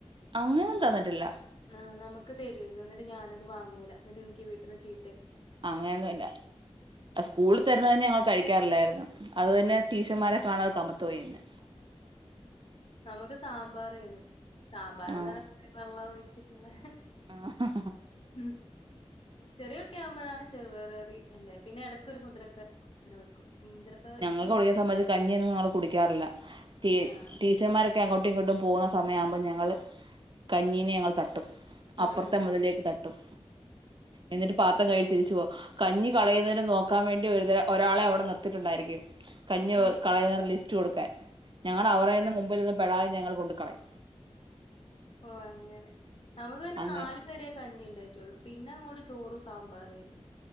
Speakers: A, on the right (about 50°); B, on the left (about 60°).
A: അങ്ങനൊന്നും തന്നിട്ടില്ല
B: ആ നമുക്ക് തരുവരുന്നു എന്നിട്ട് ഞാനത് വാങ്ങൂല എന്നിട്ട് എനിക്ക് വീട്ടീന്ന് ചീ
A: അങ്ങനെയൊന്നുവില്ല സ്കൂളിൽ തരുന്ന തന്നെ ഞങ്ങൾ കഴി ക്കാറില്ലായിരുന്നു അത് തന്നെ ടീച്ചർമാരെ കാണാതെ കമത്തുവാരുന്നു
B: നമുക്ക് സാമ്പാറാരുന്നു സാമ്പാർന്ന്
A: ആഹ്
B: പറഞ്ഞ വെള്ളം വച്ചിട്ടുള്ള
A: ആഹ്
B: ഉം ചെറിയകുട്ടി ആവുംപോഴാണ് ചെറുപയറ് കറി എന്തേ പിന്നെ ഇടക്കൊരു മുതിരക്കറി വെക്കും മുതിരപ്പക്കറില്ല
A: ഞങ്ങളൊക്കെ പഠിക്കുന്ന സമയത്ത് ക കഞ്ഞിയൊന്നും ഞങ്ങൾ കുടിക്കാറില്ല ടീ
B: ആഹ്
A: ടീച്ചർമാരൊക്കെ അങ്ങോട്ടും ഇങ്ങോട്ടും പോകുന്ന സമയാമ്പോ ഞങ്ങള് കഞ്ഞീനെ ഞങ്ങൾ തട്ടും
B: ഉം
A: അപ്പുറത്തെ മതിലിലേക്ക് തട്ടും എന്നിട്ട് പാത്രം കഴുകി തിരിച്ചു പോം കഞ്ഞി കളയുന്നതിനും നോക്കാൻ വേണ്ടി ഒരു ഒരാളെ അവിടെ നിർത്തിട്ടുണ്ടായിരി ക്കും. കഞ്ഞി
B: ഏഹ്
A: കളയുന്നോരെ ലിസ് റ്റ് കൊടുക്കാൻ. ഞങ്ങള് അവരെ ഒന്നും മുമ്പിൽന്ന് പെടാതെ ൾ കൊണ്ടു ക്കളയും.
B: ഓ അങ്ങനെ നമുക്ക് പിന്നെ
A: അങ്ങനെ
B: നാല വരെ കഞ്ഞിണ്ടായി റ്റുള്ളൂ പിന്നെ ഇങ്ങോട് ചോറും സാമ്പാറും ആരുന്നു.